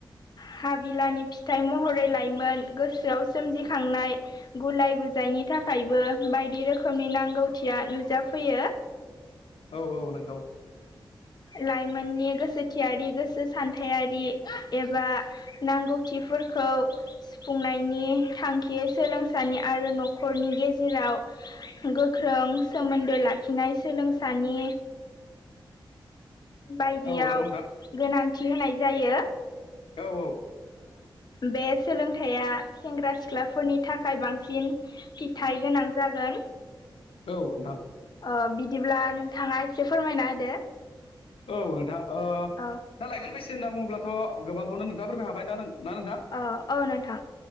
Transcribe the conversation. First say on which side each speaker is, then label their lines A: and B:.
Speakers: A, on the left; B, on the left.
A: हाबिलानि फिथाइ महरै लाायमोन गोसोआव सोमजिखांनाय। गुलाय गुजायनि थाखायबो बायदि रोखोमनि नांगौथिया नुजाफैयो
B: औ औ नोंगौ।
A: लाइमोननि गोसोथियारि गोसो सान्थायारि एबा। नांगौथिफोरखौ सुफुंनायनि थांखि सोलोंसालि आरो न'खरनि गेजेराव गोख्रों सोमोन्दो लाखिनाय सोलोंसानि बायदियाव
B: औ नंगौ नोंथां
A: गोनांथि होनाय जायो।
B: औ औ
A: बे सोलोंथाइया सेंग्रा सिख्लाफोरनि थाखाय बांसिन। फिथाइ गोनां जागोन।
B: औ नोंथां।
A: अ बिदिब्ला नोंथाङा एसे फोरमायना होदो।
B: औ नोंथां
A: औ
B: दा लाइमोन बैसो होनना बुङोब्लाथ' गोबांखौनो नोंथाफोरबाय हाबाय ना ना नोंथां।
A: औ औ नोंथां